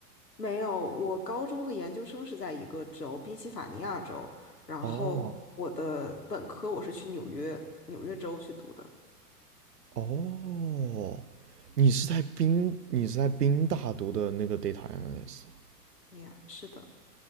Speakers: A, on the left; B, on the right.
A: 没有，我高中和研究生是在一个州，宾夕法尼亚州，然后我的本科我是去纽约，
B: 哦
A: 纽约州去读的。
B: 哦，你是在宾你是在宾大读的那个 data analyst，啊
A: Yeah，是的。